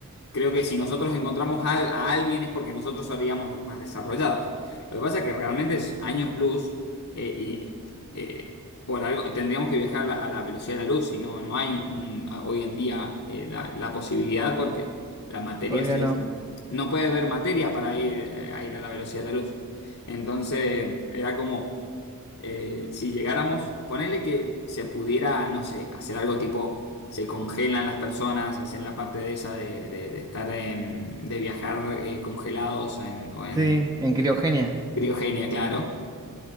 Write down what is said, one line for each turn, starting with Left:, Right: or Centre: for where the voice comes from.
Left: Creo que si nosotros encontramos a, a alguien es porque nosotros seríamos los más desarrollados. Lo que pasa es que realmente es años luz eh, y eh, por algo tendríamos que viajar a la, a la velocidad de la luz y no, no hay un- a- hoy en día eh, la, la posibilidad porque la materia
Right: Obvio
Left: se,
Right: no.
Left: no puede haber materia para ir, eh, a ir a la velocidad de la luz. Entonces era como eh, si llegáramos, ponerle que se pudiera, no sé, hacer algo tipo, se congelan las personas, hacen la parte de esa de, de- de estar en, de viajar eh, congelados en- o en
Right: Sí, en criogenia.
Left: criogenia, claro,